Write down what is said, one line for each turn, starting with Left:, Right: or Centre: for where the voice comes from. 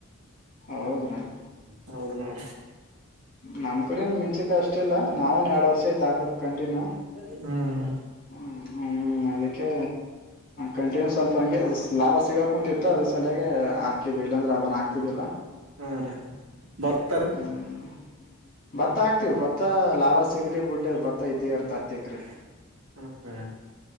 Left: ಹೌದ್ರಾ.
Right: ಹೌದು ನೋಡ.
Left: ನಮ್ ಕಡೇನ್ ಮೆನ್ಸಿಕಾಯಿ ಅಷ್ಟ ಇಲ್ಲ ನಾವನ್ ಎರಡ್ ವರ್ಷ ಆಯ್ತಾಕಕ್ ಕಂಟಿನ್ಯೂ.
Right: ಹ್ಮ್
Left: ಹ್ಮ ಹ್ಮ ಅದಕ್ಕೆ ಕಂಟಿನ್ಯೂಸ್ ಸ್ವಲ್ಪ ಹಂಗೆ ಲಾಭ ಸಿಗೋಕುಂತಿತ್ತು ಅದ್ರ ಸಲಯಾಗ ಹಾಕಿದ್ವಿ ಇಲ್ಲಾಂದ್ರೆ ಅದನ್ನು ಹಾಕ್ತಿದ್ದಿಲ್ಲ.
Right: ಹಾ ರಿ ಬತ್ತ ರಿ.
Left: ಹ್ಮ್ ಭತ್ತ ಹಾಕ್ತಿವಿ ಭತ್ತ ಲಾಭ ಸಿಗ್ಲಿ ಬಿಡ್ಲಿ
Right: <unintelligible>
Left: ಭತ್ತ ಇದ್ದೇ ಇರ್ತ ಹತ್ತ ಎಕ್ರೆ
Right: ಹೌದಾ.